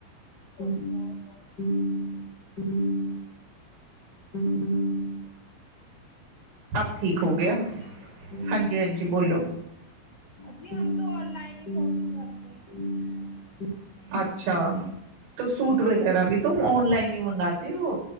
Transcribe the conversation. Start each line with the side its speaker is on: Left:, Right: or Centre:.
Left: ہ ہ ہ ہ ہ
Right: اب ٹھیک ہو گیا
Left: بولیے
Right: ہاں جی ہاں جی بولو
Left: جی ہم تو آن لائن ہی شاپنگ کرتے ہیں
Right: اچھا تو سوٹ
Left: آج
Right: وغیرہ
Left: کل-
Right: بھی تم آن لائن ہی منگاتے ہو